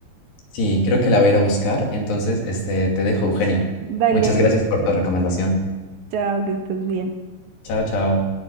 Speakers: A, on the left; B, on the right.
A: Sí, creo que la voy a ir a buscar. Entonces, este, te dejo, Eugenia.
B: Dale,
A: Muchas gracias por tu recomendación.
B: chao, que estés bien.
A: Chao, chao.